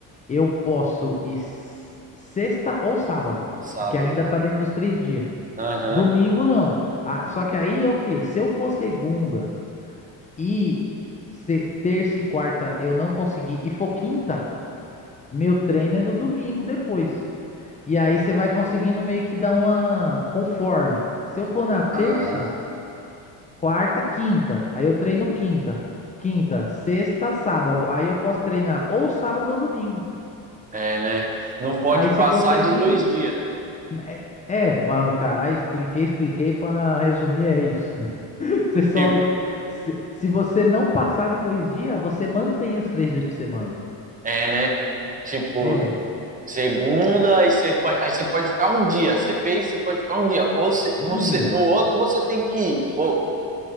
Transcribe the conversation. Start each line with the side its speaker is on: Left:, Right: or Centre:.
Left: eu posso ir s- sexta ou sábado,
Right: o sábado.
Left: porque ainda tá dentro dos três dias.
Right: Aham.
Left: Domingo não. Ah, só que aí é o quê? Se eu for segunda. E se- terça e quarta eu não consegui, e for quinta, meu treino é no domingo depois. E aí você vai conseguindo meio que dar uma conforme. Se eu for na terça,
Right: Ah.
Left: quarta, quinta, aí eu treino quinta, quinta, sexta, sábado, aí eu posso treinar ou sábado ou domingo.
Right: É, né? Não pode
Left: Aí você
Right: passar
Left: consegue.
Right: de dois dias.
Left: né, É, é, bom, cara, aí expliquei, expliquei para resumir, é isso. <laughs> Você só.
Right: Tipo,
Left: Se, se você não passar de dois dias, você mantém os três vezes por semana.
Right: é, né? Tipo,
Left: É,
Right: segunda, aí você pode, aí você pode ficar um dia. Você fez, você pode ficar um dia. Ou se-
Left: um
Right: no, se-
Left: dia.
Right: no outro você tem que ir. Ou,